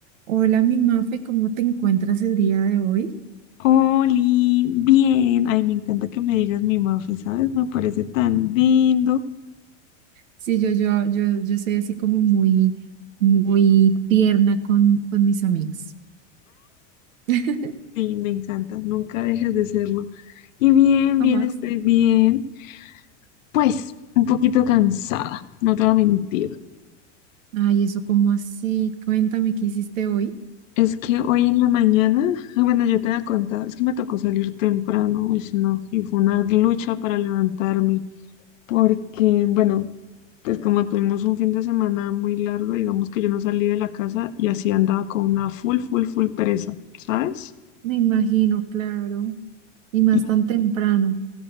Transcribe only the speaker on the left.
Oli, bien. Ay, me encanta que me digas mi Mafe, ¿sabes? Me parece tan lindo.
Sí, me encanta. Nunca dejes de serlo. Y bien,
bien, estoy bien. Pues, un poquito cansada, no te voy a mentir.
Es que hoy en la mañana, ah, bueno, yo te había contado, es que me tocó salir temprano, uy, no, y fue una lucha para levantarme, porque, bueno, Entonces, como tuvimos un fin de semana muy largo, digamos que yo no salí de la casa y así andaba con una full, full, full pereza, ¿sabes?
Y-